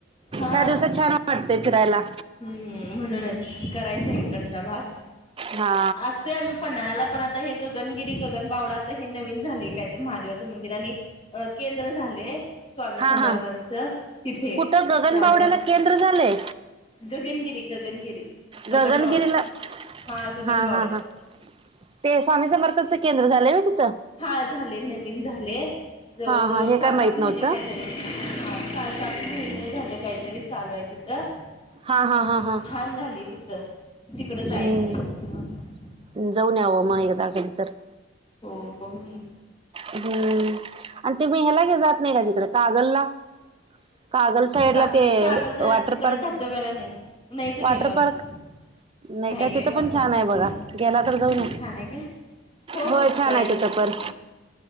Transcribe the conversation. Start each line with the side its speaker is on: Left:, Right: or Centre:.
Left: हा
Right: ह दिवसात छान वाटतंय फिरायला.
Left: हम्म म्हणूनच करायचा इकडचा भाग
Right: हा
Left: असते आम्ही पन्हाळ्याला पण आता हे गगनगिरी गगन बावडा आता हे नवीन झाले काय तर महादेवाचं मंदिर आणि अ केंद्र झाले स्वामी
Right: हा
Left: समर्थांच
Right: हा
Left: तिथे
Right: कुठं गगनबावड्याला
Left: त्यामुळं
Right: केंद्र झालंय?
Left: गगनगिरी गगनगिरी गगनबावड्यात
Right: गगनगिरीला
Left: हा गगनबावड्यात
Right: हां हां हां ते स्वामी समर्थच केंद्र झालंय व्हय तिथं?
Left: हां झाले नवीन झाले जवळजवळ
Right: हा हा हे
Left: सहा
Right: काय माहित
Left: सात महिने
Right: नव्हतं
Left: काय तरी झाले. हां सात सात महिने झाले काहीतरी चालू आहे तिथं.
Right: हा हा
Left: मठ
Right: हा हा
Left: छान झालंय तिथं. तिकडं जायचं
Right: हम्म
Left: आहे मग आता
Right: जाऊन यावं मग
Left: बघूया
Right: एकदा कधी तर.
Left: हो बघून येच.
Right: हम्म आणि ते मेहयला घे जात नाही का तिकडे कागलला कागल साईड
Left: जाते
Right: ला ते
Left: कागलच्या
Right: वॉटर
Left: तिकडे
Right: पार्क,
Left: धबधब्याला नाही नाहीच
Right: वॉटर
Left: गेलो अजून
Right: पार्क. नाही काय
Left: गेलो
Right: तिथं
Left: अजून
Right: पण छान आहे बघा
Left: नाही
Right: गेला तर जाऊन
Left: तिथे छान आहे काय हो
Right: होय
Left: हो
Right: छान
Left: जाईन
Right: आहे तिथं
Left: की बघेन
Right: पण.